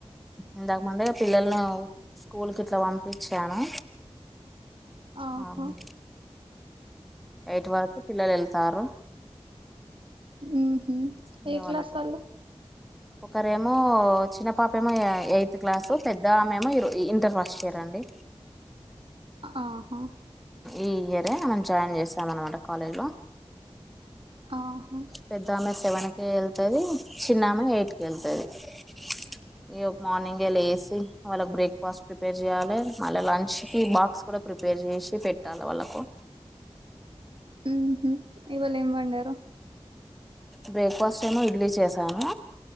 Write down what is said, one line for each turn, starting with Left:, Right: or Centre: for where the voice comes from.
Centre: ఇంతాక ముందె పిల్లలను స్కూల్ కి ఇట్లా పంపించాను
Right: ఆహో
Centre: అవును ఎయిట్ వరకు పిల్లలు ఎళ్తారు
Right: ఊహ్మ్
Centre: ఇగ
Right: ఏ క్లాస్
Centre: వాళ్ళకు
Right: వాళ్ళు
Centre: ఒకరేమో చిన్న పాపేమో ఎయిత్ క్లాసు పెద్దమేమో ఇంటర్ ఫస్ట్ ఇయరండి
Right: ఆహా
Centre: ఈ ఇయరే అమ్మేను జాయిన్ చేసాం అనమాట కాలేజ్లో
Right: ఆహా
Centre: పెద్దామె సెవెన్ కి వెళ్తుది చిన్నమే ఎయిట్కి వెళ్తుది అ ఇక మార్నింగ్ ఎ లేసి వాళ్ళకి బ్రేక్ఫాస్ట్ ప్రిపేర్ చెయాలి, మళ్ళీ లంచ్ కి బాక్స్ కూడా ప్రిపేర్ చేసి పెట్టాల వాళ్ళకు.
Right: మ్ హు ఇవాళ ఏం వండారు?
Centre: బ్రేక్ఫాస్ట్ ఏమో ఇడ్లీ చేసాను,